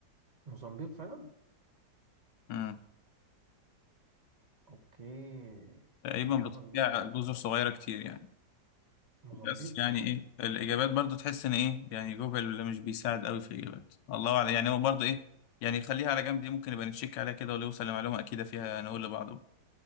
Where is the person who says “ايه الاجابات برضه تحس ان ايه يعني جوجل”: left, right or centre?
Left